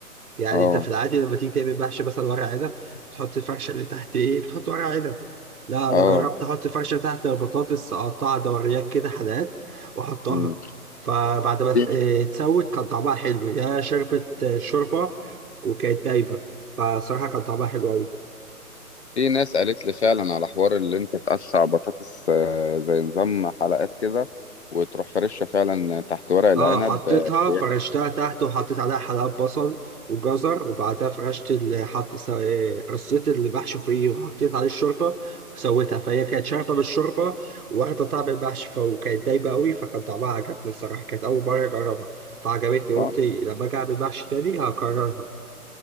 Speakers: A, on the right; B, on the left.
A: يعني
B: اه
A: انت في العادي لما تيجي تعمل محشي مثلا ورق عنب بتحط الفرشه اللي تحت ايه بتحط ورق عنب لا
B: اه
A: انا جربت احط فرشه تحت البطاطس اقطعها دوريات كده حلقات واحطها
B: مم.
A: فبعد ما ت-
B: في
A: إيه، تسود كان طعمها حلو يا شربت آه، شوربه وكانت دايبه فصراحه كان طعمها حلو قوي
B: في ناس قالت لي فعلا على حوار اللي انت تقطع بطاطس آه، زي نظام حلقات كده وتروح فرشها فعلا تحت ورق العنب
A: اه حطيتها
B: آه، هي-
A: فرشتها تحت وحطيت عليها حلقات بصل وجزر وبعدها فرشت اللي حط س- آه، رصيت اللي بحشو فيه وحطيت عليه الشوربه وسويتها فهي كانت شاربه بالشوربه واخده طعم المحشي فكانت دايبه قوي فكان طعمها عجبني الصراحه كانت اول مره اجربها فعجبتني
B: مم.
A: قلت لما اجي اعمل محشي تاني هكررها